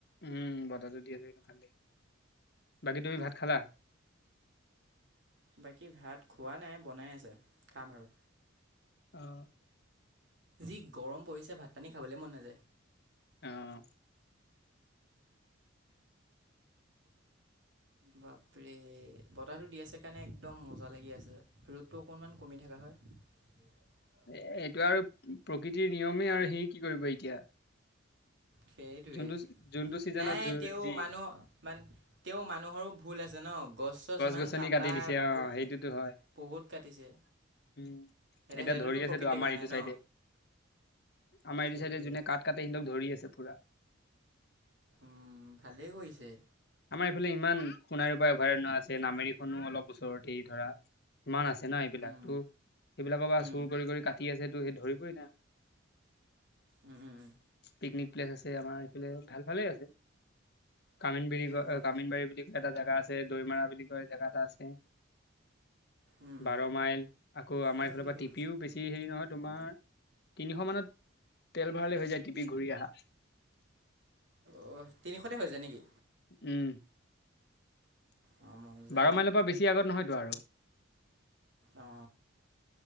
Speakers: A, on the left; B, on the right.
A: উম বতাহটো দি আছে কাৰণে ভাল লাগিছে, বাকী তুমি ভাত খালা?
B: বাকী ভাত খোৱা নাই বনাই আছে, খাম আৰু।
A: অ'
B: যি গৰম পৰিছে ভাত পানী খাবলৈ মন নাযায়।
A: অহ'
B: বাপৰে বতাহটো দি আছে কাৰণে একদম মজা লাগি আছে, ৰ'দতটো অকনমান কমি থকা হয়।
A: এ এইটো আৰু প্ৰকৃতিৰ নিয়মে আৰু সি কি কৰিব এতিয়া।
B: সেইটোৱে
A: যোনটো যোনটো চিজনত
B: নাই, তেওঁ
A: যি
B: মানুহ মান তেওঁ মানুহৰো ভুল আছে ন, গছ চছ ইমান
A: গছনি
B: কাটা
A: কাটি দিছে অ',
B: ব
A: সেইটোতো হয়
B: বহুত কাটিছে।
A: উম।
B: এতিয়া হেইটো
A: ধৰি
B: টো
A: আছেতো
B: প্ৰকৃতি
A: আমাৰ
B: কাৰণে
A: এইটো
B: ন।
A: চাইডে আমাৰ
B: সেইটোৱে
A: এইটো চাইডে যোনে কাঠ কাটে সিহঁতক ধৰি আছে পুৰা।
B: উম' ভালেই কৰিছে।
A: আমাৰ ইফালে ইমান সোণাৰ পৰা অভয়াৰণ্য আছে নামেৰি খনো অলপ ওচৰতেই ধৰা। মান আছে। ন এইবিলাক
B: উম
A: তো সেইবিলাকৰ পৰা
B: উম
A: চুৰ কৰি কৰি কাটি আছে তো সেই ধৰিবই না।
B: উম উম
A: পিকনিক প্লেচ আছে আমাৰ এইফালে ভাল ভালে আছে কামিন বিৰি। কামিনবাৰী
B: অঁ
A: বুলি কয় এটা জেগা আছে দৈমাৰা বুলি কয় জেগা এটা আছে।
B: উম
A: বাৰ মাইল আকৌ আমাৰ
B: সেইখিনিতো
A: এইফালৰ পৰা টিপিও বেছি হেৰি নহয়। তোমাৰ তিনিশ মানত তেল ভৰাালে হৈ যায় টিপি ঘূৰি আহা।
B: অঁ তিনিশতে হৈ যায় নেকি?
A: উম
B: অঁ মজা
A: বাৰ মাইলৰ পৰা বেছি আগত নহয়তো। আৰু
B: অ